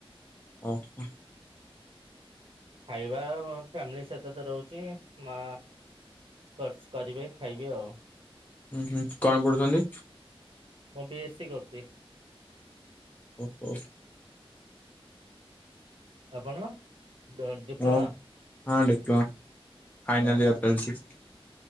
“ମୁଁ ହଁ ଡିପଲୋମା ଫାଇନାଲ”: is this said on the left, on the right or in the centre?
Left